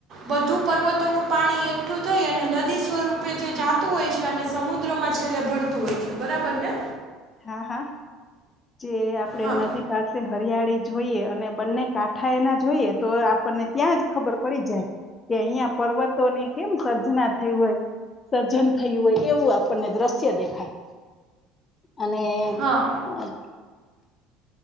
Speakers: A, on the right; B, on the left.
A: બધું પર્વતોનું પાણી એકઠું થઈ અને નદી સ્વરૂપે જે જાતું હોય છે અને સમુદ્રમાં છેલ્લે ભરતું હોય છે બરાબર ને
B: હા હા. જે આપડે
A: હા
B: નદી પાસે હરિયાળી જોઈએ અને બંને કાંઠા એના જોઈએ તો આપણને ત્યાં જ ખબર પડી જાય કે અહિયાં પર્વતોની કેમ સર્જના થઈ હોય સર્જન થયું હોય એવું આપણને દ્રશ્ય દેખાય. અને.
A: હા
B: આ